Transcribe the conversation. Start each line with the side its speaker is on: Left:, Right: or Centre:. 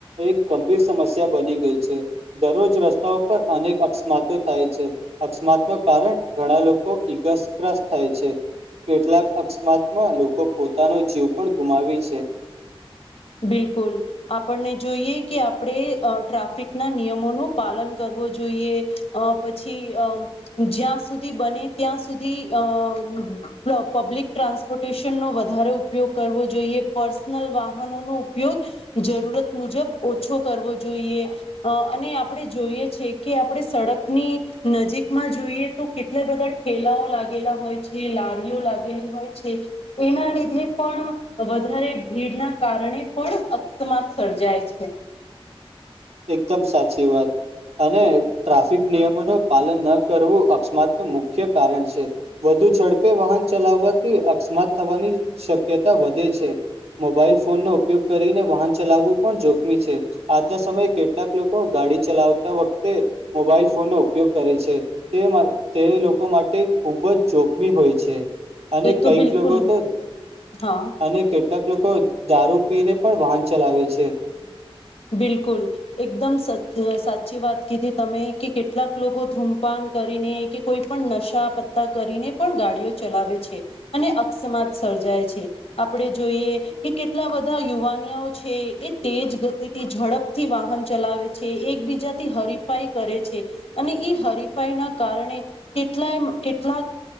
Right: એક ગંભીર સમસ્યા બની ગઈ છે દરરોજ રસ્તાઓ પર અનેક અકસ્માતો થાય છે અકસ્માતનું કારણ ઘણા લોકો ઇગાસગ્રસ્ત થાય છે કેટલાક અકસ્માતમાં લોકો પોતાનો જીવ પણ ગુમાવી છે
Left: બિલકુલ આપણને જોઈએ કે આપણે ટ્રાફિક ના નિયમોનું પાલન કરવું કરવુ જોઈએ પછી અ જ્યાં સુધી બને ત્યાં અ સુધી અ લો પબ્લિક ટ્રાન્સપોર્ટેશનનો વધારે ઉપયોગ કરવો જોઈએ પર્સનલ વા હનો ઉપયોગ જરૂરત મુજબ ઓછો કરવો જોઈએ અ અને આપણે જોય એ છે કે આપણે સડક ની નજીક માં જોઈએ તો કેટલા બધા ઠેલાઓ લાગેલા હોય જેલારીઓ લાગેલી હોય છે એના લીધે પણ વધારે ભીડના કારણે પણ અકસ્માત સર્જાય છે
Right: એકદમ સાચી વાત અને ટ્રાફિક નિયમો નુ પાલન ન કરવું અકસ્માત ન મુખ્ય કારણ છે વધુ ઝડપે વાહન ચલાવવા થી અકસ્માત થવાની શક્યતા વધે છે. મોબાઈલ ફોન નો ઉપયોગ કરીને વાહન ચલાવવું પણ જોખમી છે આજના સમયે કેટલાક લોકો ગાડી ચલાવતા વખતે મોબાઈલ ફોનનો ઉપયોગ કરે છે તે તે લોકો માટે ખૂબ જ જોખમી હોય છે. અને
Left: એ તો
Right: કઈક
Left: બિલકુલ
Right: લોકો તો
Left: હા
Right: અને કે કેટલાક લોકો દારૂ પીને પણ વાહન ચલાવે છે.
Left: બિલકુલ એકદમ સદ સાચી વાત કીધી તમે કે કેટલાક લોકો ધૂમપાાન કરીને કે કોઈ પણ નશા પત્તા કરીને પણ ગાડીઓ ચલાવે છે અને અક સ્માત સર્જાય છે આપણે જોઈએ કે કેટલા વધા યુવાનિયાઓ છે એ તેજ ગતિ તે ઝડપથી વાહન ચલાવે છે એકબીજાથી હરીફાઈ કરે છે અને એ હરીફાઈ ના કારણે કેટલાય કેટલાક